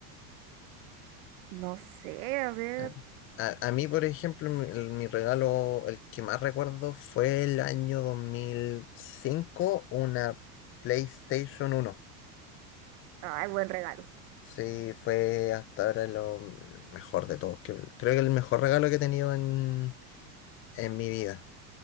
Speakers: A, on the right (about 60°); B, on the left (about 30°).
A: no sé, a ver.
B: Ah, A, a mí, por ejemplo, mi, el- mi regalo, el que más recuerdo fue el año dos mil cinco una PlayStation uno
A: Ay, buen regalo.
B: Sí, fue hasta ahora lo mejor de todos. que- Creo que el mejor regalo que he tenido en, en mi vida,